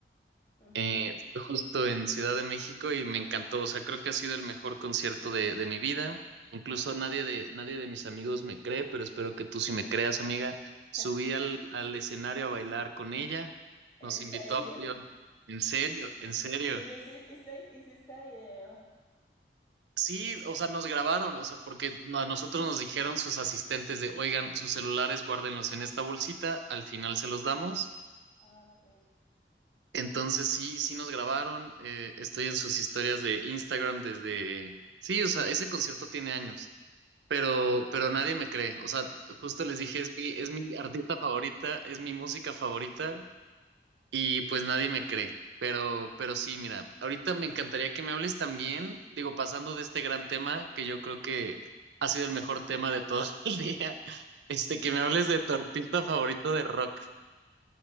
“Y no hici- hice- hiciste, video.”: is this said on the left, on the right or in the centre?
Left